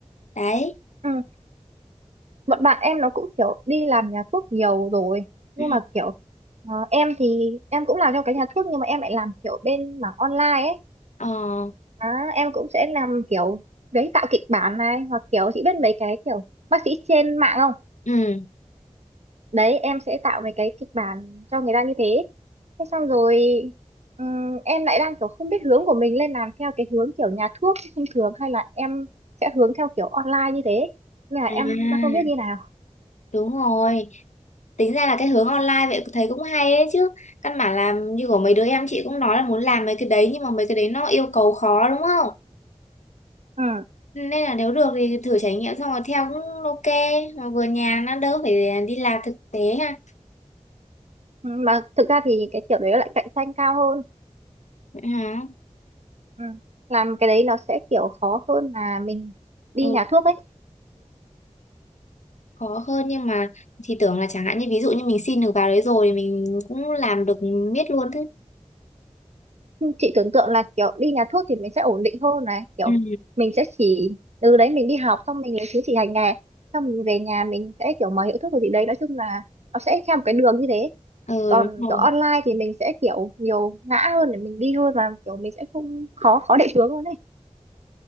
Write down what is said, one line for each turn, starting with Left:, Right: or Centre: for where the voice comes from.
Left: Đấy.
Right: ừ. bọn bạn em nó cũng kiểu đi làm nhà thuốc nhiều rồi nhưng
Left: Ừ.
Right: mà kiểu ờ, em thì em cũng làm trong cái nhà thuốc nhưng mà em lại làm kiểu bên mảng online ấy
Left: Ờ.
Right: Đó, em cũng sẽ làm kiểu giấy tạo kịch bản này hoặc kiểu chị biết mấy cái kiểu bác sĩ trên mạng không
Left: Ừ.
Right: đấy em sẽ tạo mấy cái kịch bản cho người ta như thế thế xong rồi ừm, em lại đang kiểu không biết hướng của mình lên làm theo cái hướng kiểu nhà thuốc thông thường hay là em sẽ hướng theo kiểu online như thế nên là em
Left: À,
Right: đang không biết như nào
Left: đúng rồi. tính ra là cái hướng online vậy thấy cũng hay ấy chứ căn bản là như của mấy đứa em chị cũng nói là muốn làm mấy cái đấy nhưng mà mấy cái đấy nó yêu cầu khó đúng không
Right: ừ.
Left: nên là nếu được thì thử trải nghiệm xong rồi theo cũng ok mà vừa nhà nó đỡ phải đi làm thực tế ha
Right: Ừ, mà thực ra thì cái kiểu đấy lại cạnh tranh cao hơn
Left: Vậy hả?
Right: ừ. làm cái đấy nó sẽ kiểu khó hơn là mình đi
Left: ừ,
Right: nhà thuốc ấy
Left: khó hơn nhưng mà thì tưởng là chẳng hạn như ví dụ như mình xin được vào đấy rồi thì mình cũng làm được miết luôn thế
Right: chị tưởng tượng là kiểu đi nhà thuốc thì mình sẽ ổn định hơn này kiểu
Left: ừ,
Right: mình sẽ chỉ từ đấy mình đi học xong mình lấy chứng chỉ hành nghề xong mình về nhà mình sẽ kiểu mở hiệu thuốc rồi gì đấy nói chung là nó sẽ theo một cái đường như thế
Left: ừ
Right: còn
Left: đúng rồi
Right: kiểu online thì mình sẽ kiểu nhiều ngã hơn để mình đi hơn và kiểu mình sẽ không khó khó định hướng hơn đấy